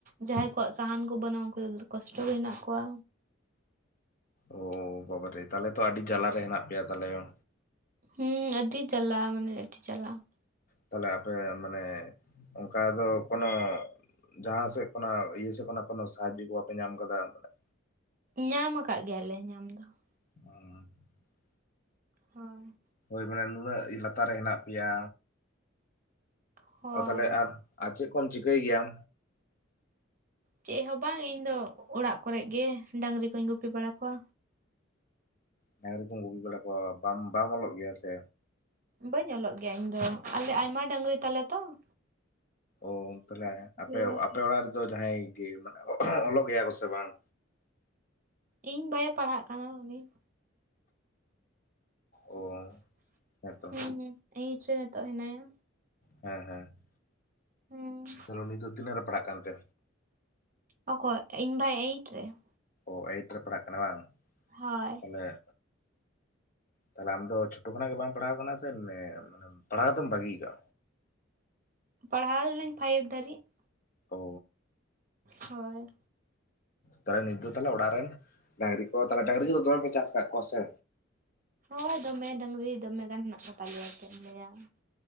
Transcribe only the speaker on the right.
ᱡᱟᱦᱟᱸᱭ ᱠᱚᱣᱟᱜ ᱥᱟᱦᱟᱱ ᱠᱚ ᱵᱟᱹᱱᱩᱜ-ᱟ ᱩᱱᱠᱩ ᱫᱚ ᱠᱚᱥᱴᱚ ᱜᱮ ᱦᱮᱱᱟᱜ ᱠᱚᱣᱟ᱾
ᱦᱩᱸ ᱟᱹᱰᱤ ᱡᱟᱞᱟ ᱢᱟᱱᱮ ᱟᱹᱰᱤ ᱡᱟᱞᱟ ᱾
ᱧᱟᱢ ᱟᱠᱟᱜ ᱜᱮᱭᱟ ᱞᱮ ᱧᱟᱢ ᱫᱚ ᱾
ᱦᱚᱭ ᱾
ᱦᱳᱭ
ᱪᱮᱫ ᱦᱚᱸ ᱵᱟᱝ ᱤᱧ ᱫᱚ ᱚᱲᱟᱜ ᱠᱚᱨᱮᱜ ᱜᱮ ᱰᱟᱹᱝᱨᱤ ᱠᱚᱧ ᱜᱩᱯᱤ ᱵᱟᱲᱟ ᱠᱚᱣᱟ᱾
ᱵᱟᱹᱧ ᱚᱞᱚᱜ ᱜᱮᱭᱟ ᱤᱧ ᱫᱚ, ᱟᱞᱮ ᱟᱭᱢᱟ ᱰᱟᱹᱝᱨᱤ ᱛᱟᱞᱮ ᱛᱚ ᱾
ᱵᱟᱲᱟ
ᱠᱚᱣᱟ᱾
ᱤᱧ ᱵᱟᱷᱭᱮ ᱯᱟᱲᱦᱟᱜ ᱠᱟᱱᱟ ᱩᱱᱤ ᱾
ᱦᱮᱸ ᱦᱩᱸ ᱮᱸᱭᱤᱴ ᱨᱮ ᱱᱤᱛᱚᱜ ᱦᱮᱱᱟᱭᱟ᱾
ᱦᱩᱸ
ᱚᱠᱚᱭ? ᱤᱧ ᱵᱷᱟᱭ ᱮᱭᱤᱴ ᱨᱮ ᱾
ᱦᱚᱭ ᱾
ᱯᱟᱲᱦᱟᱣ ᱞᱤᱱᱟᱹᱧ ᱯᱷᱟᱭᱤᱵ ᱫᱷᱟᱹᱨᱤᱜ ᱾
ᱦᱚᱭ ᱾
ᱦᱳᱭ ᱫᱚᱢᱮ ᱰᱟᱹᱝᱨᱤ ᱫᱚᱢᱮ ᱜᱟᱱ ᱦᱮᱱᱟᱜ ᱠᱚ ᱛᱟᱞᱮᱭᱟ ᱪᱮᱫ ᱮᱢ ᱞᱟᱹᱭᱟ ᱾